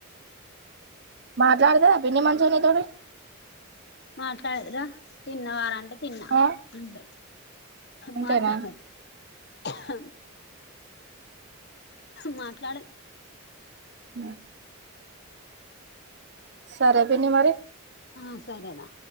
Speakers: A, on the right; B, on the left.
A: మాట్లాడద అభిని మంజు నీ తోడు
B: మాట్లాడదురా తిన్న వార అంటే తిన్నా
A: ఆ
B: అండది
A: అంతేనా
B: మాట్లారి అ మాట్లాడద్
A: మ్మ్ సరే పిన్ని మరి
B: ఆ సరే రా